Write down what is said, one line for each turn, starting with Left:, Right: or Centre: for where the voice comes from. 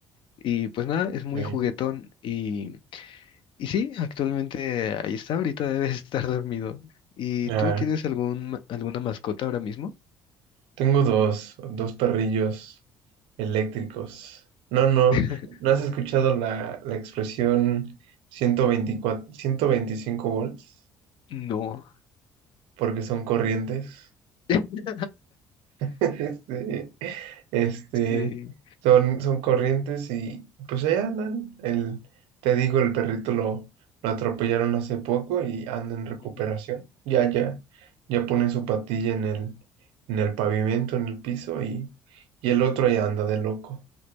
Left: Y pues nada, es muy
Right: Ok.
Left: juguetón y y sí, actualmente ahí está, ahorita debe <laughs> estar dormido. ¿Y
Right: Ah,
Left: tú tienes algún, ma- alguna mascota ahora mismo?
Right: tengo dos, dos perrillos eléctricos. No, no,
Left: <laughs>
Right: ¿no has escuchado la, la expresión ciento veinticuatro, ciento veinticinco volts?
Left: No.
Right: Porque son corrientes.
Left: <laughs>
Right: <laughs> Sí, este,
Left: Sí.
Right: son, son corrientes y pues ahí andan. El, te digo, el perrito lo, lo atropellaron hace poco y anda en recuperación.
Left: Ujú.
Right: Ya, ya, ya pone su patilla en el, en el pavimento, en el piso y, y el otro ya anda de loco.